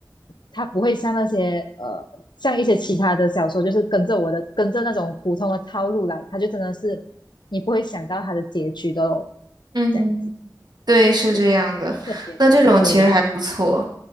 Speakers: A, on the left (about 80°); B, on the right (about 65°).
A: 它不会像那些呃，像一些其他的小说，就是跟着我的跟着那种普通的套路来，它就真的是你不会想到它的结局的咯，
B: 嗯，
A: 这样子
B: 对，是这样的。
A: 对，很特别的。
B: 那这种其实还不错。
A: 对，